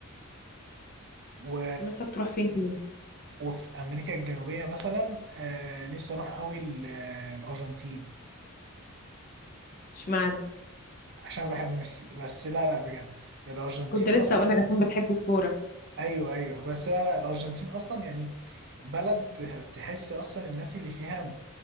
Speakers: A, on the right; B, on the left.
A: و...
B: ونفسك تروح فين تاني
A: وفي أمريكا الجنوبية مثلا آه، نفسي أروح قوي ال- آه، الأرجنتين
B: اشمعنى
A: عشان بحب ميسي بس لا لا بجد الأرجنتين
B: كنت لسه
A: أصلا
B: اقول لك عشان بتحب الكورة
A: أيوه أيوه بس لا لا الأرجنتين أصلا يعني بلد تحس أصلا الناس اللي فيها